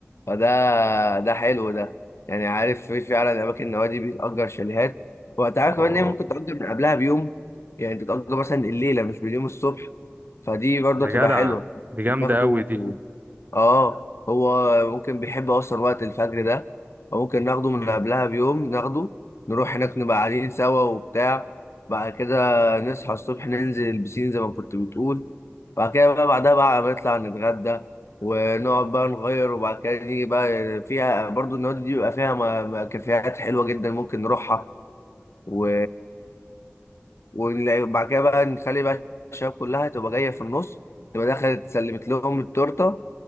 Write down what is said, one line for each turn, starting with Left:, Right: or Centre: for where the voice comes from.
Left: فده ده حلو ده يعني عارف في فعلا اماكن النوادي بتأجر شاليهات وهتعرف كمان
Right: آه.
Left: ان هي ممكن تأجر من قبلها بيوم يعني تتأجر مثلا الليله مش باليوم الصبح فدي برضه
Right: يا
Left: تبقى
Right: جدع
Left: حلوه
Right: دي جامدة
Left: ناخده
Right: أوي دي
Left: اه هو ممكن بيحب اصلا وقت الفجر ده فممكن ناخده من قبلها بيوم ناخده نروح هناك نبقى قاعدين سوا وبتاع بعد كده نصحى الصبح ننزل البسين زي ما كنت بتقول بعد كده بقى بعدها بقى نطلع نتغدى ونقعد بقى نغير وبعد كده نيجي بقى فيها برضو النوادي دي بيبقى فيها م- م- كافيهات حلوة جدا ممكن نروحها و... وبعد كده بقى نخلي بقى الشباب كلها تبقى جاية في النص تبقى دخلت سلمت لهم التورتة